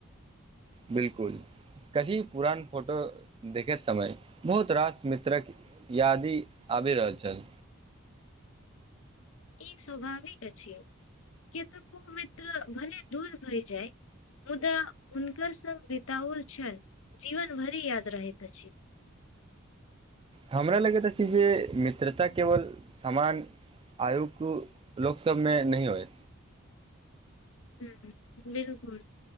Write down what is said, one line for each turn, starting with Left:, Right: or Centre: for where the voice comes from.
Right: बिलकुल कही पुरान फोटो देखैत समय बहुत रास मित्रक यादी आबि रहल छल
Left: ई स्वभाविक अछि के तऽ को मित्र भले दूर भइ जाइ मुदा हुनकर संग बताउल छनि जीवन भरि याद रहैत अछि
Right: हमरा लगैत अछि जे मित्रता केवल सामान आयुकु लोक सब में नहि होय
Left: हूँ बिलकुल